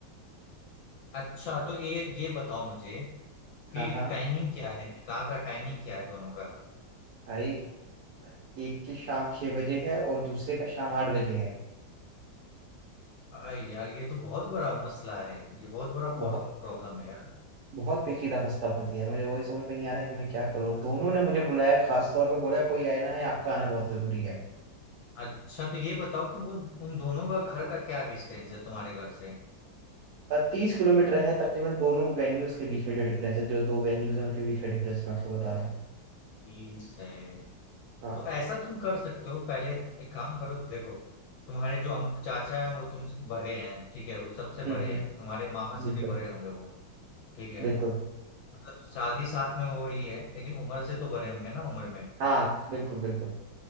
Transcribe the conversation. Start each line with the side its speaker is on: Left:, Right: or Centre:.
Left: अच्छा तो ये ये बताओ मुझे कि
Right: हाँ हाँ
Left: टाइमिंग क्या है निकाह का टाइमिंग क्या है दोनों का
Right: भाई एक की शाम छह बजे है और दूसरे का शाम आठ बजे है
Left: अरे यार ये तो बहुत बड़ा मसला है ये बहुत बड़ा
Right: बहुत
Left: प्रॉब्लम है यार
Right: बहुत पेचीदा मसला फंस गया है मुझे वही समझ में नहीं आ रहा है कि मैं क्या करूँ दोनों ने मुझे बुलाया खास तौर पे बोला कोई आए ना है आपका आना बहुत जरूरी है
Left: अच्छा तो ये बताओ कि वो उन दोनों का घर का क्या डिस्टेंस है तुम्हारे घर से
Right: तीस किलोमीटर है तकरीबन दोनों वेन्यूज के बीच में जो डिफरेंस है जो दो वेन्यूज है उनके बीच का डिफरेंस मैं आपको बता रहा हूँ
Left: तीस है
Right: हाँ
Left: तो ऐसा तुम कर सकते हो पहले एक काम करो देखो तुम्हारे जो अंक चाचा हैं वो तुमसे बड़े हैं ठीक है वो सबसे
Right: हम्म
Left: बड़े
Right: हम्म
Left: हैं तुम्हारे मामा
Right: बिल्कुल
Left: से भी बड़े होंगे वो ठीक है
Right: बिल्कुल
Left: मतलब शादी साथ में हो रही है लेकिन उम्र से तो बड़े होंगे ना उम्र में
Right: हाँ बिल्कुल बिल्कुल